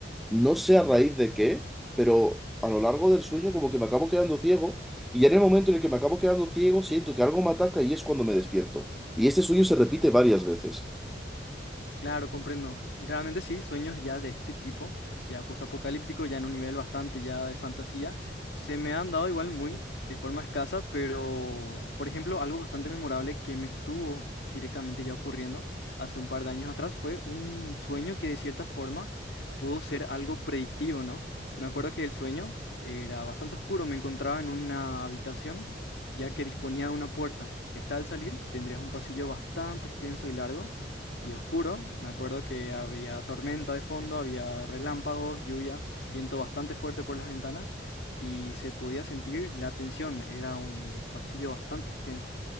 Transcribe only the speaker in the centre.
No sé a raíz de qué, pero a lo largo del sueño como que me acabo quedando ciego y ya en el momento en el que me acabo quedando ciego siento que algo me ataca y es cuando me despierto. Y este sueño se repite varias veces.